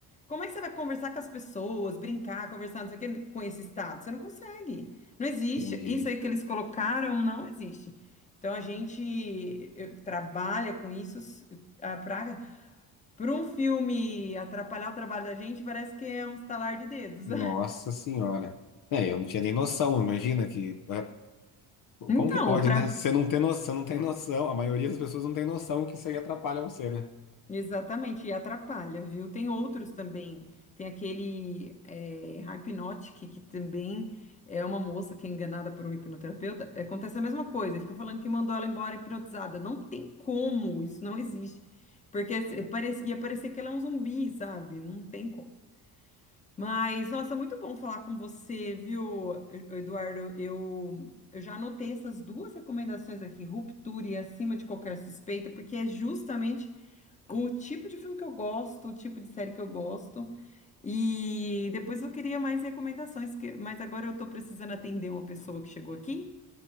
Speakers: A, on the left (about 20°); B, on the left (about 50°).
A: Como é que você vai conversar com as pessoas, brincar, conversar, não sei o quê, com esse estado? Você não consegue. Não existe.
B: Entendi.
A: Isso aí que eles colocaram não existe. Então a gente eu, trabalha com isso para para um filme atrapalhar o trabalho da gente, parece que é um estalar de dedos.
B: Nossa
A: <laughs>
B: Senhora. É, eu não tinha nem noção, imagina que. ah,
A: Então,
B: Como que pode,
A: para
B: né? Você não tem no... você não tem noção, a maioria das pessoas não tem noção que isso aí atrapalha você, né?
A: Exatamente, e atrapalha, viu? Tem outros também. Tem aquele é, Hypnotic, que também é uma moça que é enganada por um hipnoterapeuta. Acontece a mesma coisa, ele fica falando que mandou ela embora hipnotizada. Não tem como, isso não existe. Porque se- parece- ia parecer que ela é um zumbi, sabe? Não tem como. Mas, nossa, muito bom falar com você, viu, Eduardo? Eu, eu já anotei essas duas recomendações aqui, ruptura e acima de qualquer suspeita, porque é justamente o tipo de filme que eu gosto, o tipo de série que eu gosto. E depois eu queria mais recomendações, que- mas agora eu tô precisando atender uma pessoa que chegou aqui